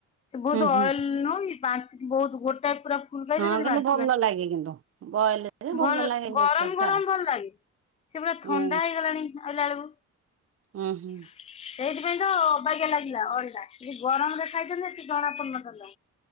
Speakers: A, on the left; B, on the right.
A: ବୋହୁତ୍ ଅଏଲ୍
B: ହୁଁ
A: ନୁହ କି ବା ବୋହୁତ୍ ଗୋଟାଏ ପୁରା <unintelligible>
B: ହଁ କିନ୍ତୁ ଭଲ ଲାଗେ କିନ୍ତୁ ବଏଲ ରେ
A: ଭଲ
B: ଲାଗେ ମିକ୍ସଚର
A: ଗରମ ଗରମ
B: ଟା।
A: ଭଲ ଲାଗେ। ସେ ପୁରା
B: ହୁଁ
A: ଥଣ୍ଡା ହେଇଗଲାଣି ଆଇଲା ବେଳକୁ।
B: ହୁଁ ହୁଁ
A: ସେଇଥିପାଇଁ ତ ଅବାଗିଆ ଲାଗିଲା କି ଗରମ ଦେଖାଇଥାନ୍ତେ କିଛି ଜଣା ପଡୁନଥାନ୍ତା।